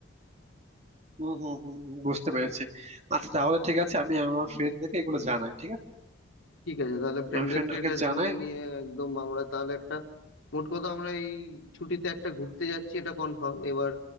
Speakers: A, on the right; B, on the left.
A: হুম হুম হুম হুম, বুঝতে পেরেছি আচ্ছা তাহলে ঠিক আছে আমি আমার ফ্রেন্ডদেরকে এগুলো জানাই ঠিক আছে
B: ঠিক আছে তাহলে ফ্রেন্ডদেরকে
A: আমি ফ্রেন্ডদেরকে
B: এটা
A: জানাই
B: জানিয়ে নিয়ে একদম আমরা তাহলে একটা মোট কথা আমরা এই ছুটিতে একটা ঘুরতে যাচ্ছি এটা কনফার্ম এবার